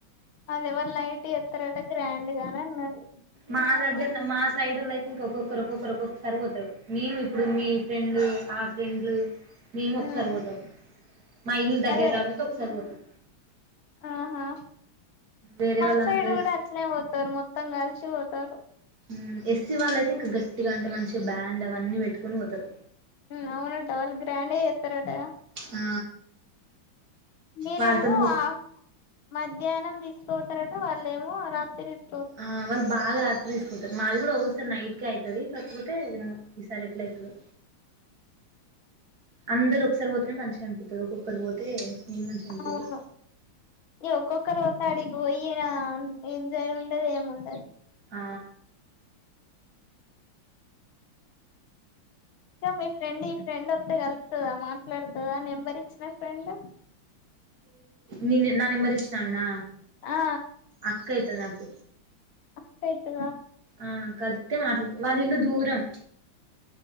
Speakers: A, on the left (about 75°); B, on the right (about 50°).
A: అది ఎవరి లైట్ ఎత్రట గ్రాండ్గానే అన్నది
B: మా దగ్గర మా సైడోలు అయితే ఇంక ఒక్కొక్కరు ఒక్కొక్కరు ఒక్కొక్కసారి పోతరు మేము ఇప్పుడు మీ ఫ్రెండ్ ఆ ఫ్రెండ్ మేము ఒకసారి
A: ఉమ్
B: పోతాం మా ఇల్లు దగ్గర
A: అదే
B: కాబట్టి ఒకసారి పోతాం
A: ఆహా
B: వేరే
A: మా
B: వాళ్ళందరూ
A: సైడ్ కూడా అట్నే పోతరు మొత్తంగాల్చ పోతు తరు
B: ఉమ్ ఎస్సీ వాళ్ళయితే ఇంకా గట్టిగా అంటే మంచిగా బ్యాండ్ అవన్నీ పెట్టుకొని పోతారు
A: ఊ అవునట వాళ్లు గ్రాండగా చేస్తారటగా
B: ఆ
A: మీరేమో
B: వాళ్ళతోని పో
A: ఆ మధ్యాహ్నం తీసుకోపోతారట వాళ్ళేమో రాత్రి తీసు
B: ఆ వాళ్ళు బాగా రాత్రి పోతారు మాది కూడా ఒకసారి నైట్క అయితది కాకపోతే ఈసారి ఎట్ల అయితదొ అందరు ఒకసారి పోతేనే మంచిగా అనిపిస్తది ఒక్కొక్కరు పోతే మంచిగా అనిపియదు
A: అవును ఒకొక్కరు పోతే అడికి పోయిన ఏంజాయ ఉండది ఏముండదు
B: ఆ
A: ఇంకా మీ ఫ్రెండ్ ఈ ఫ్రెండ్ వస్తే కలుతదా మాట్లాడుతదా నెంబర్ ఇచ్చిన ఫ్రెండ్
B: నిను నా నెంబర్ ఇచ్చినా ఆమేనా
A: ఆ
B: అక్క అయితది నాకు
A: అక్కయితద
B: ఆ కలితే మాట వాల ఇల్లు దూరం